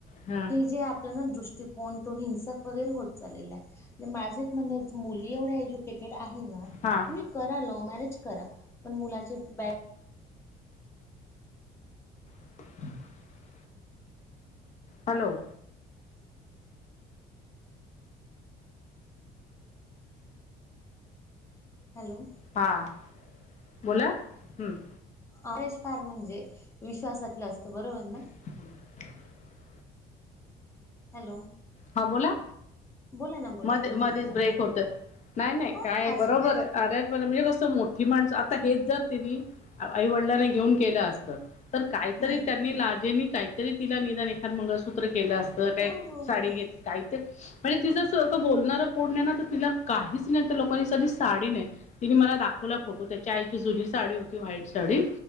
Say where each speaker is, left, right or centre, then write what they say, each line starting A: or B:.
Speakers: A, on the left; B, on the left.
A: हा
B: ही जे आपला दृष्टिकोन तो हिंसक वगैरे होत चालला आहे माझ एक म्हनंन मुली एवढ्या एज्यु <unintelligible> आहे ना तुम्ही
A: हा
B: करा लव मॅरेज करा पण मुलाचं बॅक
A: <unintelligible> हॅलो?
B: हॅलो?
A: हा बोला हम्म.
B: अरेंज मॅरिज म्हणजे विश्वासातलं असतं बरोबर ना?
A: <unintelligible>
B: हॅलो?
A: हा बोला
B: बोला ना बोला
A: मध
B: तुम्ही
A: मध्येच
B: बोला
A: ब्रेक
B: ना
A: होत नाही-नाही
B: हो
A: काय
B: नाही
A: आहे
B: असू
A: बरोबर
B: दे
A: आहे अरेज ब म्हणजे कसं मोठी माणसं आता हेच जर तिनी आईवडिलांना घेऊन केलं असतं तर काहीतरी
B: हम्म
A: त्यांनी लाजेनी काहीतरी तिला निदान एखाद मंगळसूत्र केलं असतं काय
B: हो हो
A: साडी
B: हो
A: घेत
B: हो
A: काही ते म्हणजे ति असं बोलणार कोण नाही ना तर तिला काहीच नाही त्या लोकांनी साधी साडी नाही तिने मला दाखवला फोटो त्याच्या आईची जुनी साडी होती व्हाईट साडी